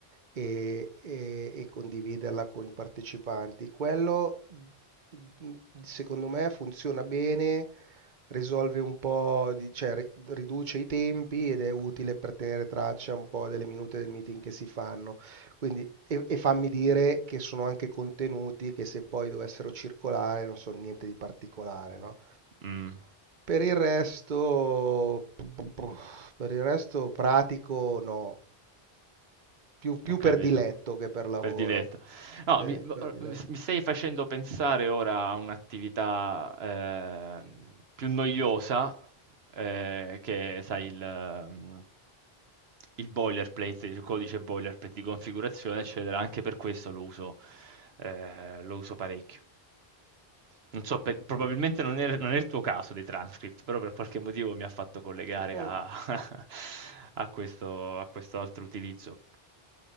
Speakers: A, on the right; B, on the right.
A: e, e- e condividerla con i partecipanti. Quello, mh, secondo me, funziona bene risolve un po', di- cioè ri- riduce i tempi ed è utile per tenere traccia un po' delle minute del meeting che si fanno. Quindi, e, e fammi dire che sono anche contenuti che se poi dovessero circolare non sono niente di particolare, no?
B: Mh.
A: Per il resto, per il resto pratico no, più, più
B: Ho capito,
A: per diletto che per lavoro.
B: per diletto. No,
A: Sì,
B: mi,
A: per diletto.
B: mi stai facendo pensare ora a un'attività ehm, più noiosa, eh, che sai, il, mm, il boilerplate, il codice boilerplate di configurazione, eccetera. Anche per questo lo uso, eh, lo uso parecchio. Non so, per- probabilmente non è, non è il tuo caso dei transcript, però per qualche motivo mi ha fatto collegare
A: Mm.
B: a, <laughs> a questo, a questo altro utilizzo.